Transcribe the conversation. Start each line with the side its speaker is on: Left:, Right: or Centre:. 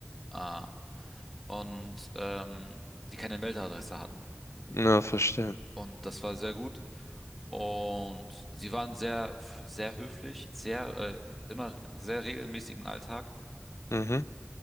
Centre: äh, und ähm, die keine Meldeadresse hatten.
Left: ja, verstehe.
Centre: Und das war sehr gut. Und sie waren sehr, f- sehr höflich, sehr, äh, immer sehr regelmäßigen Alltag.
Left: Mhm.